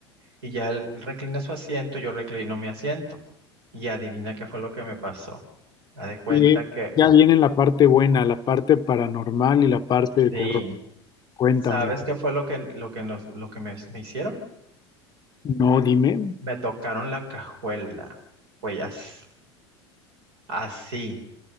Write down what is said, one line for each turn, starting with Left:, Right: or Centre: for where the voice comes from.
Right: Y ya él reclina su asiento, yo reclino mi asiento. Y adivina qué fue lo que me pasó. Haz de cuenta
Left: Y
Right: que,
Left: ya viene la parte buena, la parte paranormal y la parte de
Right: sí,
Left: terror. Cuéntame,
Right: ¿sabes qué fue lo que, lo que, nos, lo que me me hicieron?
Left: no dime,
Right: Me tocaron la cajuela, güey, as- así.